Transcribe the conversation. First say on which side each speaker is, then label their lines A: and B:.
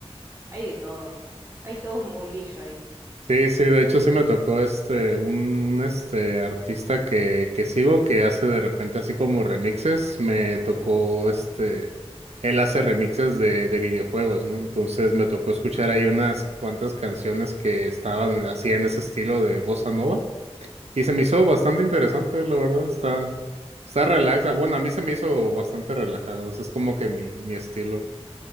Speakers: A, on the right; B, on the right.
A: Hay de todo. Hay todo un mundillo ahí.
B: Sí, sí, de hecho sí me tocó este, un, un, este artista que, que sigo que hace de repente así como remixes, me tocó este, él hace remixes de, de videojuegos, ¿no? Entonces me tocó escuchar ahí unas cuantas canciones que estaban así en ese estilo de bossa nova y se me hizo bastante interesante, la verdad, está, está relaxa, bueno, a mí se me hizo bastante relajado, ese es como que mi, mi estilo.